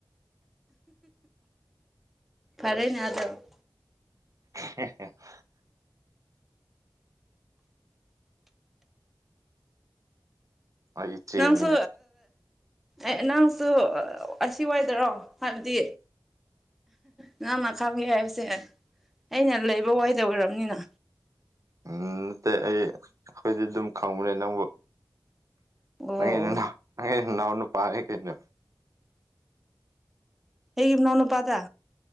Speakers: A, in the centre; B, on the right.
A: ꯐꯔꯦꯅꯦ ꯑꯗꯣ
B: <unintelligible> ꯑꯩ ꯏꯆꯦꯅꯤꯅꯦ
A: ꯅꯪꯁꯨ ꯑꯦ ꯅꯪꯁꯨ ꯑꯁꯤ ꯋꯥꯏꯗꯔꯣ ꯍꯥꯏꯕꯗꯤ ꯅꯪꯅ ꯈꯪꯉꯦ ꯍꯥꯏꯕꯁꯦ ꯑꯩꯅ ꯂꯩꯕ ꯋꯥꯏꯗ ꯑꯣꯏꯔꯕꯅꯤꯅ
B: ꯎꯝ ꯅꯠꯇꯦ ꯑꯩ ꯑꯩꯈꯣꯏꯗꯤ ꯑꯗꯨꯝ ꯈꯪꯕꯅꯦ ꯅꯪꯕꯨ
A: ꯑꯣ ꯑꯣ
B: ꯅꯪꯒꯤ ꯅꯅꯥꯎ ꯅꯪꯒꯤ ꯅꯅꯥꯎ ꯅꯨꯄꯥꯅꯦ ꯀꯩꯅꯣ
A: ꯑꯩꯒꯤ ꯃꯅꯥꯎꯅꯨꯄꯥꯗ